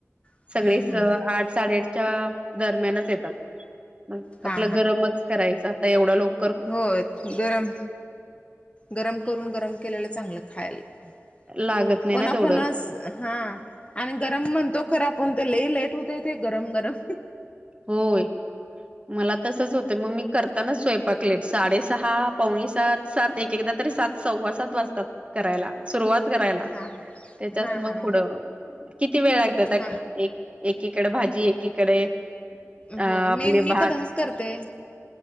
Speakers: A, on the left; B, on the right.
A: हम्म
B: सगळे
A: हम्म
B: आठ साडेआठच्या दरम्यानच येतात मग
A: हा
B: आपलं गरमच करायचं आता एवढं लोक
A: होय गरम गरम करून गरम केलेलं चांगलं खायला
B: लागत नाही
A: पण
B: ना
A: आपणच
B: तेवढं
A: हा आणि गरम म्हणतो खर आपण ते ललेई लेट होत ते गरम गरम
B: होय मला तसच होते मग मी करताना स्वयंपाकलेट साडेसहा पावणी सात सात एक एकदा तरी सात सव्वा सात वाजतात करायला सुरुवात करायला
A: हा
B: त्याच्यात
A: हा हा
B: मग पुढं किती वेळ लागत
A: ना
B: त्या एक एकीकडे भाजी एकीकडे अ
A: होय
B: आपले
A: मी मी
B: भात
A: पण तसंच करते